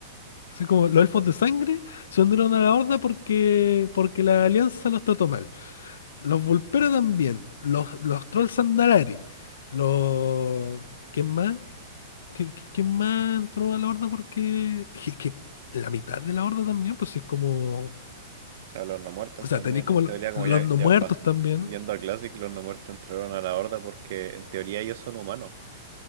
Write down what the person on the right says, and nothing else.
O sea, los no muertos
también.
En teoría,
como
ya,
ya
baj-
yendo a Classic, los no muertos entraron a la Horda porque en teoría ellos son humanos. po.